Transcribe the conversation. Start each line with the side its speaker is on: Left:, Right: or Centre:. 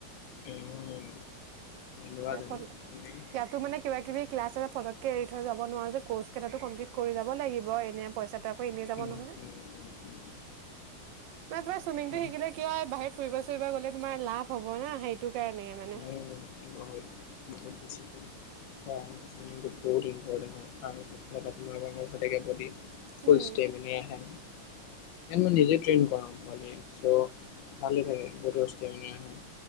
Left: উম। লোৱাজনী
Right: এইফালে,
Left: তুমি
Right: ইয়াত ত', মানে কিবা-কিবি ক্লাছ আছে। পতককে এৰি থৈ যাব নোৱাৰো যে, কোৰ্চ কেইটাটো কমপ্লিট কৰি যাব লাগিব। এনে পইচা ত', আকৌ এনেই যাব
Left: উম
Right: নহয়।
Left: উম উম উম
Right: মানে তোমাৰ চুইমিংটো
Left: এতিয়া
Right: শিকিলে কি হয়, বাহিৰত ফুৰিব-চুৰিব গ'লে তোমাৰ লাভ হ'ব না, সেইটো কাৰণে। মানে
Left: উম, বহুত বহুত বেছিকে হয়, চুইমিংটো বহুত ইম পৰটেন্ট হয়। আৰু চবফালৰ পৰা <unintelligible> <unintelligible> <unintelligible> বডি ফুল
Right: উম
Left: ষ্টেমিনা আহে। ইয়াত মই নিজে ট্ৰেইন কৰাম, মানে চ' ভালে থাকে বডৰ ষ্টেমিনা আহে।